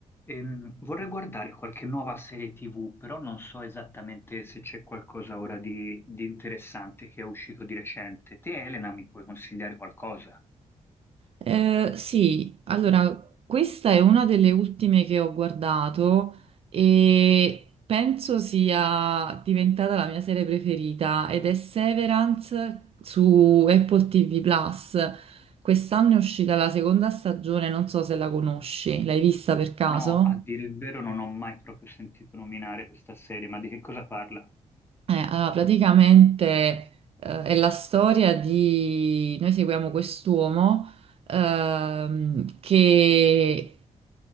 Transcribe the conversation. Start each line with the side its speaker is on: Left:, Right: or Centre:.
Left: Ehm, vorrei guardare qualche nuova serie TV, però non so esattamente se c'è qualcosa ora di, di interessante che è uscito di recente. Te, Elena, mi puoi consigliare qualcosa?
Right: Eh, sì, allora, questa è una delle ultime che ho guardato e penso sia diventata la mia serie preferita ed è Severance su Apple TV Plus. Quest'anno è uscita la seconda stagione, non so se la conosci, l'hai vista per caso?
Left: No, a dire il vero non ho mai proprio sentito nominare questa serie, ma di che cosa parla?
Right: Eh, allora, praticamente eh, è la storia di... Noi seguiamo quest'uomo ehm, che